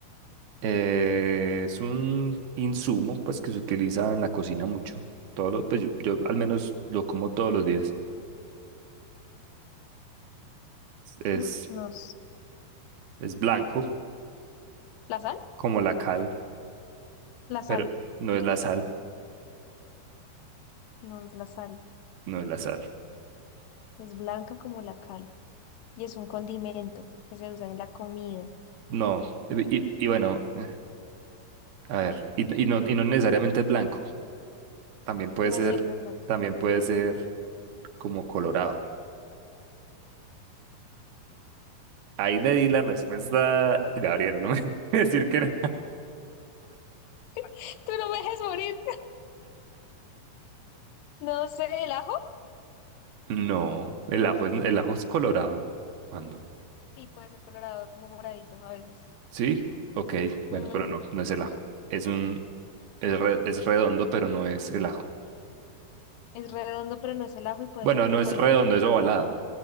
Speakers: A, on the right (about 70°); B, on the left (about 80°).
A: eh, es un insumo, pues, que se utiliza en la cocina mucho. Todos los, pues yo, yo al menos lo como todos los días. Es,
B: Uf, no. es-
A: es blanco,
B: ¿La sal?
A: como la cal,
B: La sal.
A: pero no es la sal,
B: No es la sal.
A: no es la sal.
B: Es blanca como la cal. Y es un condimento que se usa en la comida.
A: No, y, y- y bueno, eh, a ver, y, y no, y no necesariamente es blanco, también puede
B: No
A: ser,
B: siempre es blanca.
A: también puede ser como colorado. Ahí le di la respuesta, Gabriela, no me <laughs> decir que no.
B: <laughs> Tú no me dejes morir. No sé, ¿el ajo?
A: No, el ajo es, el ajo es colorado. ¿Cuándo?
B: Sí, puede ser colorado, como moradito a veces.
A: ¿Sí? Ok, bueno,
B: Mm,
A: pero no, no es el ajo. Es un, es, re- es redondo, pero no es el ajo.
B: es redondo, pero no es el ajo y puede
A: Bueno,
B: ser de
A: no
B: color.
A: es redondo, es ovalado.